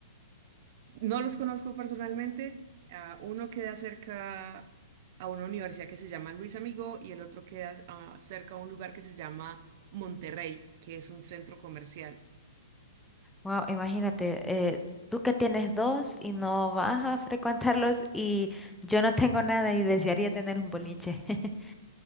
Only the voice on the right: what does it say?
No los conozco personalmente. ah, uno queda cerca a una universidad que se llama Luis Amigo y el otro queda ah, cerca a un lugar que se llama Monterrey, que es un centro comercial.